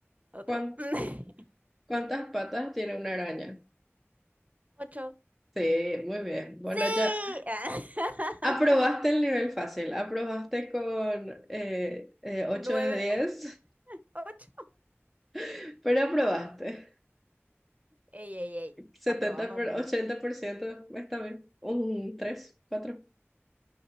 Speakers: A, on the right; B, in the centre.
A: Otro.
B: ¿cuán-
A: <laughs>
B: ¿cuántas patas tiene una araña?
A: Ocho.
B: Sí, muy bien. Bueno,
A: ¡Sí!
B: ya
A: <laughs>
B: aprobaste el nivel fácil. Aprobaste con eh, eh, 8
A: Nueve.
B: de 10,
A: Ocho.
B: <laughs> pero aprobaste.
A: Ey, ey, ey.
B: setenta
A: Aprobamos,
B: por-
A: aprobamos.
B: ochenta por ciento está bien. Un 3 4.